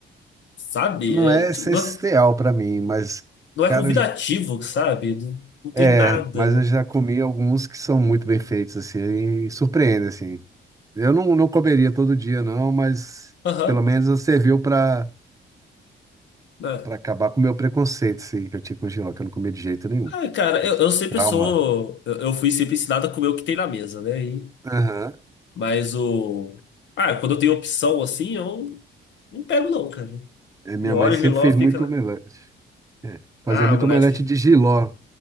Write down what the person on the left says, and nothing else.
sabe?
É,
tipo,
não é,
não é
convidativo, sabe? Não, não tem
nada.
Aham.
né?
Ah, cara,
eu,
eu sempre
sou. Eu, eu fui sempre ensinado a comer o que tem na mesa, né? E-
mas o. Ah, quando eu tenho opção assim, eu não pego, não, cara.
Eu
olho
o giló,
fica lá.
Ah,
omelete.
que-